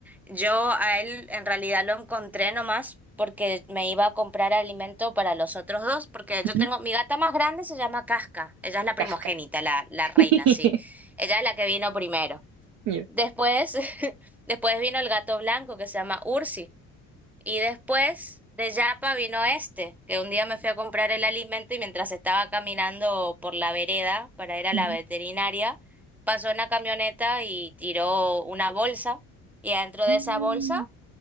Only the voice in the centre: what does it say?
yo a él en realidad lo encontré nomás porque me iba a comprar alimento para los otros dos, porque yo
tengo, mi gata más grande se llama Casca, ella es la primogénita,
la, la reina,
sí, ella es la que vino primero.
Después, <laughs> después vino el gato blanco que se llama Ursi, y después de Yapa vino este, que un día me fui a comprar el alimento y mientras estaba caminando por la vereda para ir a
la veterinaria, pasó una camioneta y tiró una bolsa. Y adentro
de esa bolsa